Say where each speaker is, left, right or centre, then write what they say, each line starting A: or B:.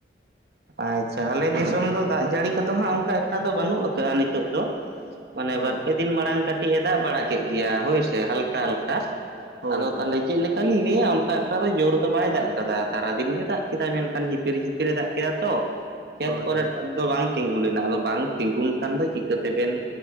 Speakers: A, on the right; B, on the right.
A: ᱟᱪᱪᱷᱟ ᱟᱞᱮ ᱫᱤᱥᱚᱢ ᱫᱚ ᱫᱟᱜ ᱡᱟᱹᱲᱤ ᱠᱚᱫᱚ ᱦᱟᱸᱜ ᱚᱱᱠᱟ ᱮᱠᱴᱟ ᱫᱚ ᱵᱟᱹᱱᱩᱜ ᱠᱟᱜ-ᱟ ᱱᱤᱛᱳᱜ ᱫᱚ ᱾ ᱢᱟᱱᱮ
B: ᱟᱪᱪᱷᱟ
A: ᱵᱟᱨ ᱯᱮ ᱫᱤᱱ ᱢᱟᱲᱟᱝ ᱠᱟᱹᱴᱤᱡ ᱮ ᱫᱟᱜ ᱵᱟᱲᱟ ᱠᱮᱫ ᱜᱮᱭᱟ ᱦᱳᱭᱥᱮ ᱦᱟᱞᱠᱟ ᱦᱟᱞᱠᱟ ᱾
B: ᱦᱳᱭ
A: ᱟᱫᱚ
B: ᱦᱳᱭ
A: ᱛᱟᱦᱚᱞᱮ ᱪᱮᱫ ᱞᱮᱠᱟᱞᱤᱧ ᱞᱟᱹᱭᱟ ᱚᱱᱠᱟ ᱮᱠᱴᱟ ᱫᱚ ᱡᱳᱨ ᱫᱚ ᱵᱟᱭ ᱫᱟᱜ ᱟᱠᱟᱫᱟ ᱥᱟᱨᱟ ᱫᱤᱱ ᱜᱮ ᱫᱟᱜ ᱠᱮᱫᱟᱭ ᱢᱮᱱᱠᱷᱟᱱ ᱡᱷᱤᱯᱤᱨ ᱡᱷᱤᱯᱤᱨ ᱮ ᱫᱟᱜ ᱠᱮᱫᱟ ᱾ ᱠᱮᱫᱟ ᱛᱚ ᱠᱷᱮᱛ
B: ᱦᱳᱭ
A: ᱠᱚᱨᱮᱫ
B: ᱦᱳᱭ
A: ᱫᱚ ᱵᱟᱝ ᱛᱤᱸᱜᱩ ᱞᱮᱱᱟ ᱟᱫᱚ ᱵᱟᱝ ᱛᱤᱸᱜᱩᱱ ᱠᱷᱟᱱ ᱫᱚ ᱪᱤᱠᱟᱹ ᱛᱮᱵᱤᱱ